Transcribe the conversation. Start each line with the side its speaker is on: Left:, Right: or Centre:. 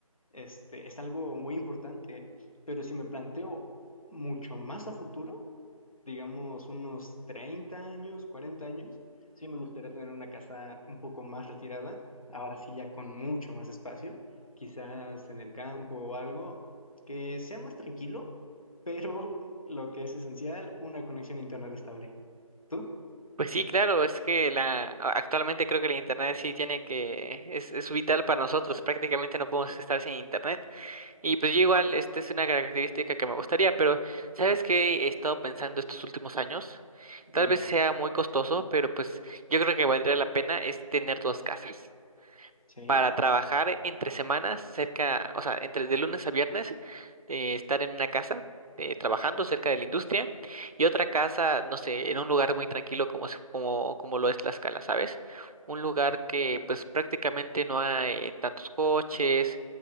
Left: este, es algo muy importante. Pero si me planteo mucho más a futuro, digamos unos 30 años, 40 años, sí me gustaría tener una casa un poco más retirada, ahora sí ya con mucho más espacio, quizás en el campo o algo, que sea más tranquilo, pero <laughs> lo que es esencial, una conexión a internet estable. ¿Tú?
Right: Pues sí, claro, es que la a- actualmente creo que la internet sí tiene que es, es vital para nosotros, prácticamente no podemos estar sin internet. Y pues yo igual esta es una característica que me gustaría, pero ¿sabes qué he estado pensando estos últimos años?
Left: Dime.
Right: Tal vez sea muy costoso, pero pues yo creo que valdría la pena es tener dos casas.
Left: Sí,
Right: para trabajar entre semanas cerca, o sea, entre de lunes a viernes, eh, estar en una casa eh, trabajando cerca de la industria y otra casa, no sé, en un lugar muy tranquilo como, es- como, como lo es Tlaxcala, ¿sabes? Un lugar que pues prácticamente no hay eh, tantos coches,